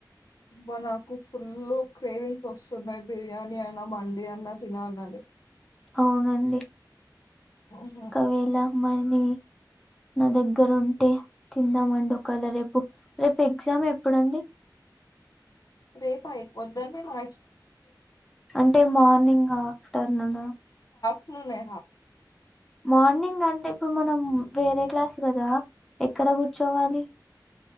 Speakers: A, on the left; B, in the centre.
A: అబ్బా నాకు ఫుల్ క్రేవింగ్స్ వస్తున్నాయి బిర్యానీ అయినా మండి అయిన తినాలని
B: అవునండి
A: ఉహు.
B: ఒకవేలా మణ నా దగ్గర ఉంటే తిందామండి ఒకేళ రేపు రేపు ఎగ్జామ్ ఎప్పుడుండి
A: రేప పొద్దున్నే మ్యాథ్స్
B: అంటే మార్నింగ్ ఆఫ్టర్నూన్ నా
A: ఆఫ్టర్నూనే
B: మార్నింగ్ అంటే ఇప్పుడు మనం వేరే క్లాస్ కదా ఎక్కడ కూడా చవాలి